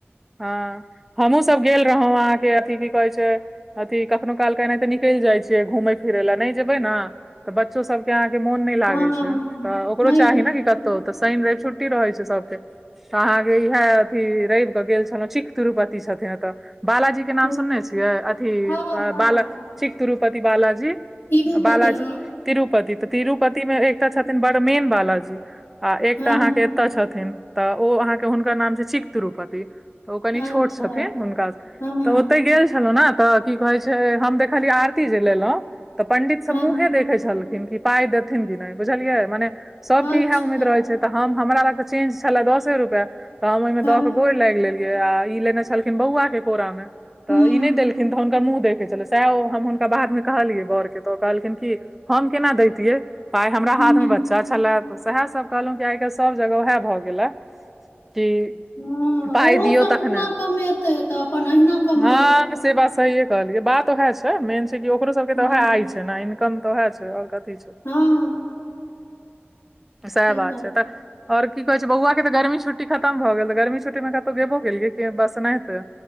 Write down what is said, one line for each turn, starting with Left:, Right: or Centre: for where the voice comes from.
Centre: हँ हमहुँ सब गेल रहौ अहाँके अथी की कहै छै अथी कखनो कालके एनाहिते निकैल जाइ छियै घूमै फिरय लए नहि जेबै ने तऽ बच्चो सब के अहाँ के मोन नै लागे
Left: हँ
Centre: छै तऽ ओकरो
Left: नहि
Centre: चाही
Left: लो
Centre: ने की कतौ तऽ शनि रवि छुट्टी रहै छै सबके तऽ अहाँके इएहे अथी रवि केऽ गेल छलौ चीख तिरुपति छथिन एतऽ बालाजी के नाम
Left: हँ
Centre: सुनने छियै अथी
Left: हँ
Centre: बाला चीख तिरुपति बालाजी
Left: तिरुपति
Centre: बालाजी
Left: हँ
Centre: तिरुपति तऽ तिरुपति मे एकटा छथिन बड़ मेन बालाजी आ एकटा
Left: हँ
Centre: अहाँके तऽ छथिन तऽ ओ अहाँके हुनकर नाम छै चिख तिरुपति ओ कनि
Left: अच्छा
Centre: छोट छथिन हुनका
Left: हँ
Centre: तऽ ओतहि गेल छलहु ने तऽ की कहै छै हम देखलियै आरती जे लेलहुँ तऽ पंडित सब
Left: हँ
Centre: मुंहे देखे छलखिन कि पाई देथिन कि नहि बुझलियै मने सबके
Left: अच्छा
Centre: इहे उम्मीद रहै छै तऽ हम हमरा लगके चेंज छलै दसे रुपए तऽ हम ओहिमे
Left: हँ
Centre: दऽ के गोर लागि लेलियै आ ई लेने छलखिन बौआ के कोरामे तऽ
Left: हुँ
Centre: ई नहि देलखिन तऽ हुनका मुँह देखै छलै सएह ओ हम हुनका बादमे कहलियै बड़के तऽ ओ कहलखिन कि हम केना दैतियै पाइ हमरा
Left: हुँ
Centre: हाथ मे बच्चा छले तऽ सएह सब कहलहुं की आइ काल्हि सभ जगह उएह भऽ गेले कि
Left: हँ
Centre: पाइ
Left: ओहो
Centre: दियौ
Left: सब
Centre: तखने
Left: कोना कमेतै तऽ अपन अहिना कमाइया
Centre: हँ से बात सहिये कहलियै बात ओएह छै मेन छै कि ओकरो सबके के
Left: हँ
Centre: तऽ ओएह आइ छै ने इनकम तऽ उएह छै आओर कथी छै
Left: हँ
Centre: सएह
Left: की
Centre: बात
Left: करबै
Centre: छै तऽ आओर की कहै छै बौआके तऽ गर्मी छुट्टी खतम भऽ गेल तऽ गर्मी छु्ट्टीमे कतहु गेबो किलियै कि बस अनाहिते